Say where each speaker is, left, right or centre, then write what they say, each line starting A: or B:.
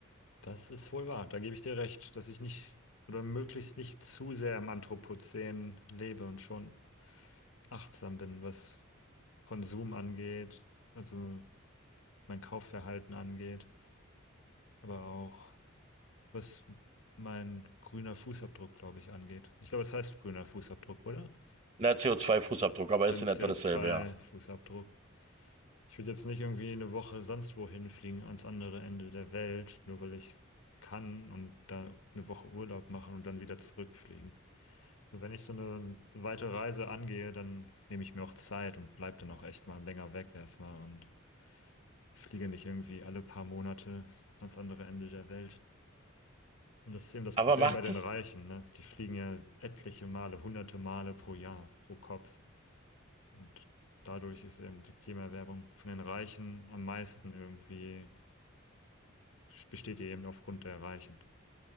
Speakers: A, on the left; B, on the right.
A: Das ist wohl wahr. Da gebe ich dir recht, dass ich nicht oder möglichst nicht zu sehr im Anthropozän lebe und schon achtsam bin, was Konsum angeht, also mein Kaufverhalten angeht, aber auch was mein grüner Fußabdruck, glaube ich, angeht. Ich glaube, es heißt grüner Fußabdruck, oder?
B: Na, CO2-Fußabdruck, aber
A: Mein
B: ist in
A: CO2-Fußabdruck.
B: etwa dasselbe, ja.
A: Ich würde jetzt nicht irgendwie eine Woche sonst wohin fliegen, ans andere Ende der Welt, nur weil ich kann und da eine Woche Urlaub machen und dann wieder zurückfliegen. So, wenn ich so eine weite Reise angehe, dann nehme ich mir auch Zeit und bleib dann auch echt mal länger weg erstmal und fliege nicht irgendwie alle paar Monate ans andere Ende der Welt. Und das ist eben das
B: Aber
A: Problem
B: macht
A: bei den
B: es,
A: Reichen, ne? Die fliegen ja etliche Male, hunderte Male pro Jahr, pro Kopf. Und dadurch ist eben die Klimaerwärmung von den Reichen am meisten irgendwie, besteht die eben aufgrund der Reichen.